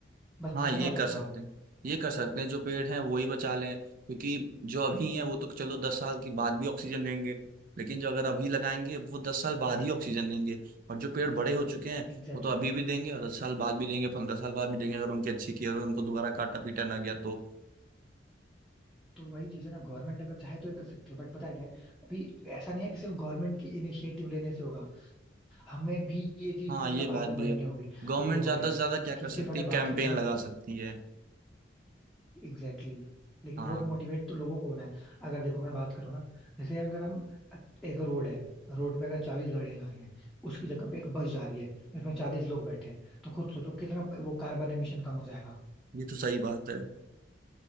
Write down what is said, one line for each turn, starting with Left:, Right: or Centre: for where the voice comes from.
Centre: बस
Right: हाँ
Centre: इतना
Right: ये
Centre: कर
Right: कर
Centre: लो
Right: सकते
Centre: आप
Right: हैं ये कर सकते हैं जो पेड़ हैं वो ही बचा लें क्योंकि जो अभी हैं वो तो चलो दस साल के बाद भी ऑक्सीजन देंगे लेकिन जो अगर अभी लगाएंगे वो दस साल बाद ही ऑक्सीजन देंगे और जो पेड़ बड़े हो चुके हैं
Centre: Exactly
Right: वो तो अभी
Centre: exactly.
Right: भी देंगे और दस साल बाद भी देंगे पंद्रह साल बाद भी देंगे अगर उनकी अच्छी केयर हो उनको दोबारा काटा पीटा ना गया तो
Centre: तो वही चीज है ना गवर्नमेंट अगर चाहे तो ये कर सकती है बट पता है क्या है अभी ऐसा नहीं है कि सिर्फ गवर्नमेंट की इनिशिएटिव लेने से होगा हमें भी ये चीज
Right: हाँ
Centre: मतलब
Right: ये
Centre: आगे
Right: बात भी
Centre: बढ़नी
Right: है
Centre: होगी
Right: गवर्नमेंट
Centre: अभी देखो
Right: ज्यादा
Centre: क्या है
Right: से ज्यादा क्या कर
Centre: कि
Right: सकती
Centre: सिर्फ अगर
Right: है कैंपेन
Centre: बात करें ना
Right: लगा सकती है
Centre: एग्जैक्टली exactly. लेकिन
Right: हाँ
Centre: लोग मोटिवेट तो लोगों को होना है अगर देखो मैं बात करूँ ना जैसे अगर हम एक रोड है रोड पे अगर चालीस गाड़ियां जा रही हैं उसकी जगह पे एक बस जा रही है जिसमें चालीस लोग बैठे हैं तो खुद सोचो कितना वो कार्बन एमिशन कम हो जाएगा
Right: ये तो सही बात है